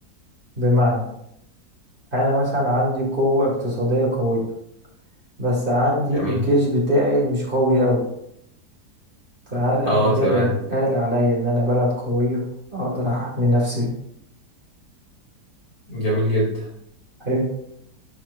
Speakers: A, on the right; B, on the left.
A: بمعنى أنا مثلا عندي قوة اقتصادية قوية بس عندي
B: جميل
A: الجيش بتاعي مش قوي أوي فهل أنا
B: اه
A: كده
B: تمام
A: يتقال عليا إن أنا بلد قوية أقدر أحمي نفسي
B: جميل جدا
A: حلو